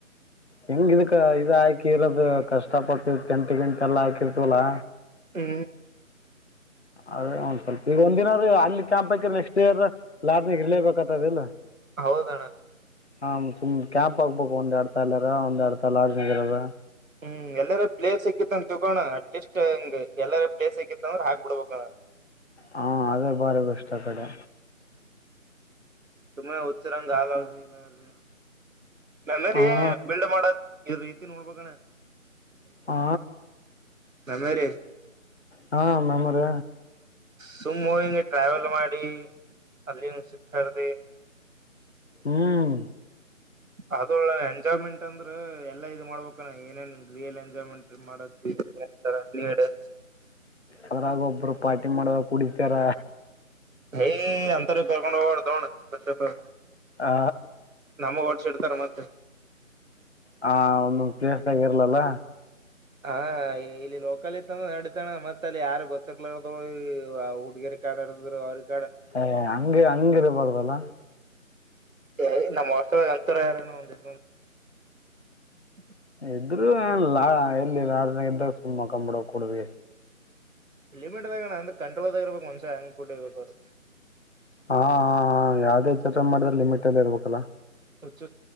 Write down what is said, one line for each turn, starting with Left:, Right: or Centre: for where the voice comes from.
Left: ಹೆಂಗ್ ಇದುಕ ಇದು ಹಾಕಿ ಇರೋದು ಕಷ್ಟ ಪಟ್ಟು ಟೆಂಟು ಗಿಂಟು ಎಲ್ಲಾ ಹಾಕಿರ್ತವಲ್ಲಾ.
Right: ಹ್ಮ
Left: ಅದೇ ಒಂದ್ ಸ್ವಲ್ಪ ಈಗ ಒಂದ ದಿನರು ಅಲ್ಲಿ ಕ್ಯಾಂಪ್ ಹಾಕಿದ್ರೆ ನೆಕ್ಸ್ಟ್ ಇಯರ್ ಲಾಡ್ಜ್ ಅಲ್ಲಿ ಇರ್ಲೇಬೇಕತದ ಇಲ್ಲ
Right: ಹೌದಣ್ಣ
Left: ಹ ಸುಮ್ ಕ್ಯಾಂಪ್ ಆಗ್ಬೇಕು ಒಂದ್ ಅಡ್ತಾ ಎಲ್ಲಾರ ಒಂದ್ ಅಡ್ತಾ ಲಾಡ್ಜನಲ್ಲಿ ಇರದಾ.
Right: ಹ್ಮ್ ಎಲ್ಲಾರ ಪ್ಲೇಸ್ ಸಿಕ್ಕಿತ್ತ ಅಂತ ತಿಕೋಣ ಅಟ್ ಲೀಸ್ಟ್ ಹಂಗ ಎಲ್ಲಾರ ಪ್ಲೇಸ್ ಸಿಕ್ಕಿತ್ತ ಅಂದ್ರೆ ಹಾಕ್ಬಿಡ್ಬೇಕಣ <inaudible>
Left: ಹಾ ಅದೇ ಭಾರಿ ಬೆಷ್ಟ್ ಆ ಕಡೆ.
Right: ಸುಮ್ಮನೆ ಹುಚ್ಚಿರಂಗ ಆ ಲಾಡ್ಜ್ ಈ ಲಾಡ್ಜ್ ಮೆಮರಿ
Left: ಹಾಂ
Right: ಬಿಲ್ಡ್ ಮಾಡದು ಈ ರೀತಿ ನೋಡ್ಬೇಕಣ
Left: ಆ
Right: ಮೆಮೊರಿ
Left: ಹಾ ಮೆಮೊರಿ
Right: ಸುಮ್ಮ್ ಮುಹಿಂಗೆ ಟ್ರಾವೆಲ್ ಮಾಡಿ ಅಲ್ಲಿ ಸುತ್ತರ್ದಿ
Left: ಹ್ಮ್
Right: ಅದೊಳ್ಳ ಎಂಜಾಯ್ಮೆಂಟ್ ಅಂದ್ರ ಎಲ್ಲಾ ಇದ್ ಮಾಡ್ಬೇಕಣ್ಣ ಏನೇನ್ ರಿಯಲ್ ಎಂಜಾಯ್ಮೆಂಟ್ ಮಾಡ <unintelligible>
Left: ಅದ್ರಾಗ ಒಬ್ರು ಪಾರ್ಟಿ ಮಾಡದಾಗ ಕುಡಿತಾರ
Right: ಹೇ ಅಂತರ ಕರ್ಕೊಂಡ್ ಹೋಗ್ಬರ್ದಣ್ಣ ಫಸ್ಟ್ ಆಫ್ ಆಲ್
Left: ಆ
Right: ನಮ್ಮಗ್ ಹೊಡ್ಸ ಇಡ್ತಾರ ಮತ್ತೆ
Left: ಹ ಒಂದು ಒಂದು ಪ್ಲೇಸ್ದಾಗ ಇರ್ಲಲ್ಲ
Right: ಹಾ ಇಲ್ಲಿ ಲೋಕಾಲ್ ಇರ್ತಂದ ನಡೀತಣ ಮತ್ತ್ ಅಲ್ಲಿ ಯಾರು ಗೊತ್ತಿರ್ಲಾರರು ಹುಡ್ಗಿರ <unintelligible>
Left: ಏ ಅಂಗ್ ಅಂಗ್ ಇರ್ಬದಲ್ಲ
Right: ಏ ನಮ್ಮ್ ಹಾಸ್ಟೆಲಲ್ಲಿ ಅಂತಾರ್ ಯಾರ ಇಲ್ಲಣ್ಣ <unintelligible>
Left: ಇದ್ರೂ ಲಾ ಎಲ್ಲಿ ಲಾಡ್ಜ ಇದ್ರಾಗ ಸುಮ್ಮ ಮಂಕಬಿಡಬೇಕು ಕುಡ್ದ್
Right: ಲಿಮಿಟದಗಣ್ಣ ಅಂದ್ರ ಕಂಟ್ರೋಲ್ದಾಗ ಇರ್ಬೇಕ್ ಮನ್ಶ ಹೆಂಗ್ ಕುಡಿಬೇಕ್ ಅವರು
Left: ಆ ಆ ಆ ಯಾವ್ದೇ ಚಟ ಮಾಡಿದ್ರು ಲಿಮಿಟ್ ಅಲ್ಲಿ ಇರ್ಬೇಕಲ್ಲ.
Right: ಹುಚ್ಚ್